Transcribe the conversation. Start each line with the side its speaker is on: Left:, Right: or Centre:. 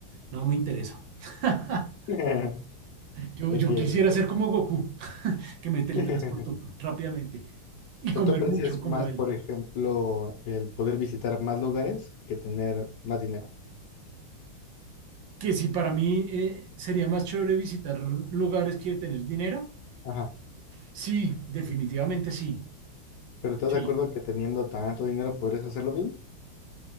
Right: no me interesa. <laughs>
Left: <laughs>
Right: Yo,
Left: Entiendo,
Right: yo quisiera
Left: entiendo.
Right: ser como Goku, que me teletransporto
Left: <laughs>
Right: rápidamente y
Left: O
Right: comer
Left: sea, tú aprecias
Right: mucho como
Left: más,
Right: él.
Left: por ejemplo, el poder visitar más lugares que tener más dinero.
Right: Que si para mí eh, sería más chévere visitar lugares que tener dinero,
Left: ajá
Right: sí, definitivamente sí.
Left: Pero ¿estás
Right: Sí,
Left: de acuerdo que teniendo tanto dinero podrías hacer lo mismo?